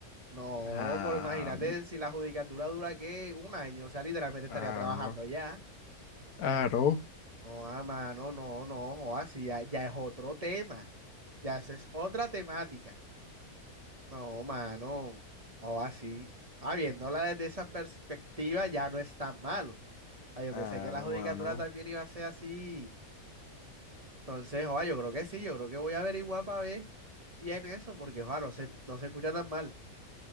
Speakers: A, on the right (about 25°); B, on the left (about 75°).
A: No,
B: Ah,
A: pero imagínate si la judicatura dura, ¿qué? Un año. O sea, literalmente estaría
B: claro,
A: trabajando ya.
B: claro,
A: Joda, mano, no, no, joda, sí, ya, ya es otro tema. Ya, esa es otra temática. No, mano. O así. Ah, viéndola desde esa perspectiva ya no es tan malo. Ah, yo
B: claro,
A: pensé que la judicatura
B: mano.
A: también iba a ser así. Entonces, oa, yo creo que sí, yo creo que voy a averiguar para ver bien eso, porque oa, no se, no se escucha tan mal.